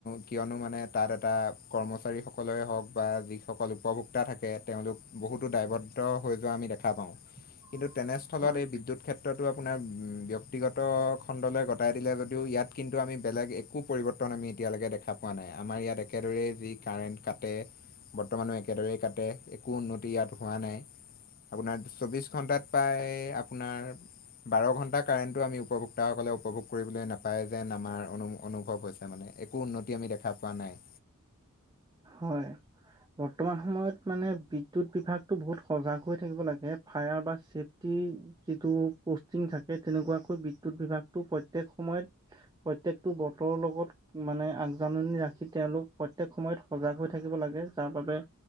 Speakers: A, on the left; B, on the right.
A: কিয়নো কিয়নো মানে তাত এটা কৰ্মচাৰীসকলৰে হওক বা যিসকল উপভোক্তা থাকে তেওঁলোক বহুতো দায়বদ্ধ হৈ যোৱা আমি দেখা পাওঁ।
B: <unintelligible>
A: কিন্তু তেনেস্থলত
B: হয়,
A: এই বিদ্যুৎ ক্ষেত্ৰতো আপোনাৰ ব্যক্তিগত খণ্ডলৈ গটাই দিলে যদিও ইয়াত কিন্তু আমি বেলেগ একো পৰিৱৰ্তন আমি এতিয়ালৈকে দেখা পোৱা নাই আমাৰ ইয়াতে একেদৰেই যি কাৰেণ্ট কাটে, বৰ্তমানো একেদৰে কাটে। একো উন্নতি ইয়াত হোৱা নাই। আপোনাৰ চৌব্ববিছ ঘণ্টাত প্ৰায় আপোনাৰ বাৰ ঘণ্টা কাৰেণ্টটো আমি উপভোক্তাসকলে উপভোগ কৰিবলৈ নাপায় যেন আমাৰ অনু-অনুভৱ হৈছে মানে এক একো উন্নতি আমি দেখা পোৱা নাই।
B: হয়। বৰ্তমান সময়ত মানে বিদ্যুৎ বিভাগটো বহুত সজাগ হৈ থাকিব লাগে ফায়াৰ বা ছেফটি যিটো ‌পোস্টিং থাকে তেনেকুৱাকৈ বিদ্যুত বিভাগটো প্ৰত্যেক সময়ত প্ৰত্যেকটো বতৰৰ লগত মানে আগজাননী ৰাখি তেওঁলোক প্ৰত্যেক সময়ত সজাগ হৈ থাকিব লাগে তাৰ বাবে